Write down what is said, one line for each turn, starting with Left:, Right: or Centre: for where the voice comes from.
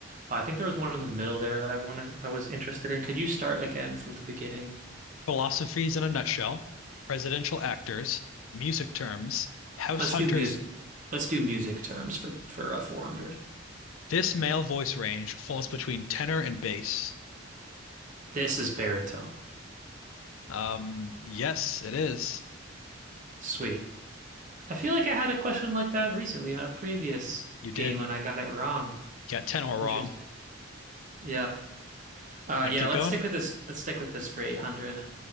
Right: I think there was one in the middle there that I wanted, I was interested in. Could you start again from the beginning?
Left: Philosophies in a nutshell, presidential actors, music terms, house
Right: Let's
Left: hunters.
Right: do music. Let's do music terms for for uh, 400.
Left: This male voice range falls between tenor and bass.
Right: This is baritone.
Left: Um, yes, it is.
Right: Sweet. I feel like I had a question like that recently on a previous
Left: You did.
Right: game and I got it wrong.
Left: Got tenor
Right: Interesting.
Left: wrong.
Right: Yeah. Uh,
Left: Gonna
Right: yeah,
Left: keep
Right: let's
Left: going?
Right: stick with this. Let's stick with this for 800.